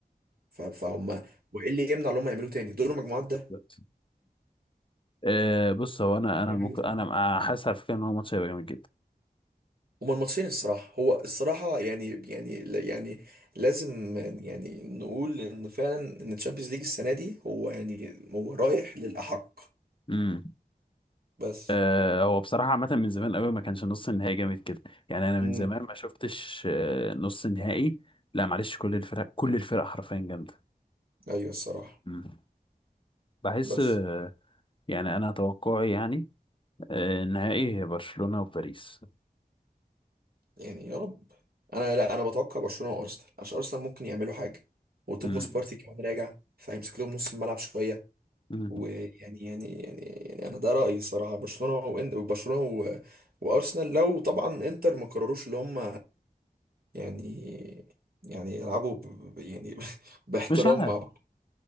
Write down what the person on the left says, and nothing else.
<laughs> أه أه، بص هو انا انا
ممكن
انا حاسس على فكره ان هو ماتش هيبقى جامد
جدا
آه، هو بصراحة عامة من زمان قوي ما كانش نص النهائي جامد كده يعني أنا من
زمان ما شفتش آه، نص نهائي لا معلش كل الفرق كل الفرق حرفيا جامدة
مم. بحس
آه، يعني أنا توقعي يعني آه، النهائي هي برشلونة وباريس
مم.
مم.
مش عارف